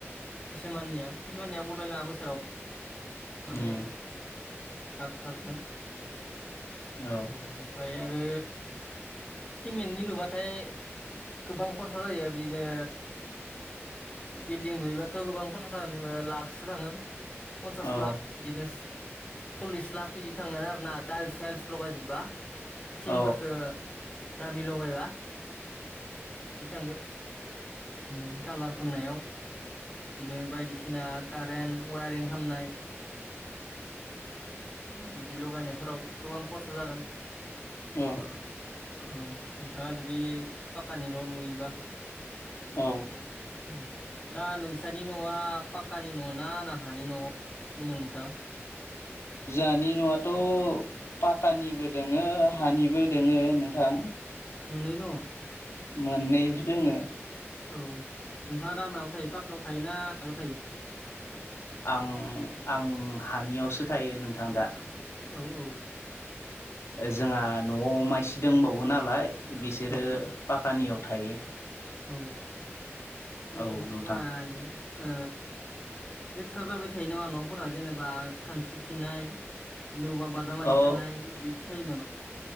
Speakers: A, on the left; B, on the left.
A: किसुमाननिया किसुमाननिया बलाय लाङा बोसोराव। माने
B: उम।
A: थाब थाबनो।
B: औ
A: ओमफ्राय आरो सिमेन्टनि लुबाथाय। गोबां खरसा जायो। बिदिनो बिल्डिं लुयोबाथ' गोबां खरसा <unintelligible> ओ लाखसो थांङो। पन्सास
B: औ
A: लाख
B: औ
A: बिनोस सल्लिस लाख केदि थांगोन आरोना टाइल्स साइल्स लगायजोबबा थिंफोरखो
B: औ
A: दामि लगायबा बिदि थांगोन। उम कालार फोननायाव खिनो बायदिसिना। कारेन्ट वायारिं खामनाय। उम बिदि लगायनायफोराव गोबां खरसा जागोन।
B: <unintelligible>
A: औ नोंथाङा जुदि पाक्कानिल' लुयोबा।
B: औ।
A: औ दा नोंसोरनि न'आ पाक्कानि न' ना हानि न' दोङो नोंथाङा।
B: जानि न'आथ'। पाक्कानिबो दोङो हानिबो दोङो नोंथां।
A: मोननै दङ।
B: मोननैबो दोङो।
A: औ नोंथाङा दामायाव थायो पाक्कायाव थायोना हायाव थायो।
B: आं-आं हानियावसो थायो नोंथां दा। ओ
A: औ औ
B: जोंहा न'आव मायसि दंबावो नालाय। बिसोरो
A: औ
B: पाक्कानियाव थायो।
A: औ इनिफ्रायो
B: औ नोंथां
A: ओ। लेथ्रा जाबाय थायो नामा न'फोरा जेनेबा खानस्रि खिनाय। नैबा बादामालिखानाय
B: औ
A: बिदिखायो नामा।